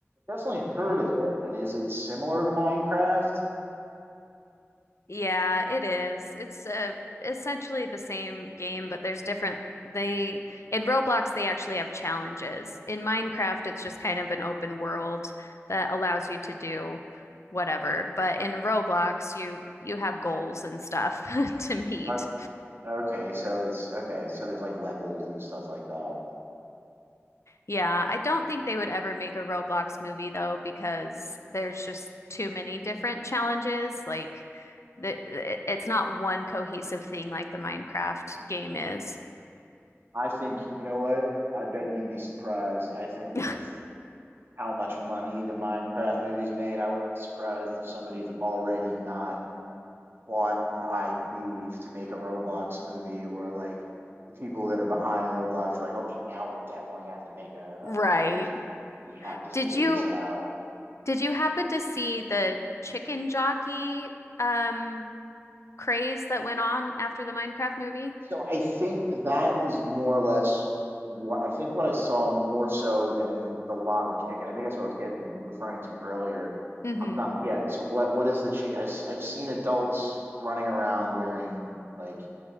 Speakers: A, on the right; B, on the left.
A: definitely heard of it. And is it similar to Minecraft?
B: Yeah, it is. It's uh, essentially the same game, but there's different. They in Roblox they actually have challenges. In Minecraft, it's just kind of an open world that allows you to do whatever. But in Roblox, you you have goals and stuff <laughs> to meet.
A: I, okay, so it's okay, so there's like levels and stuff like that.
B: Yeah, I don't think they would ever make a Roblox movie though, because there's just too many different challenges. Like the, it- it's not one cohesive thing like the Minecraft game is.
A: I think, you know what? I bet you'd be surprised. I think
B: <laughs>
A: with how much money the Minecraft movies made, I wouldn't be surprised if somebody's already not bought the IP to make a Roblox movie or like the people that are behind Roblox are like, okay, now we definitely have to make a,
B: Right.
A: a Roblox movie and we have to figure
B: Did you
A: this out.
B: did you happen to see the chicken jockey um craze that went on after the Minecraft movie?
A: So I think that is more or less what I think what I saw more so than the lava chicken. I think that's what I was getting referring to earlier.
B: Mm-hmm.
A: I'm not yeah. So what what is the chicken? I've s- I've seen adults running around wearing like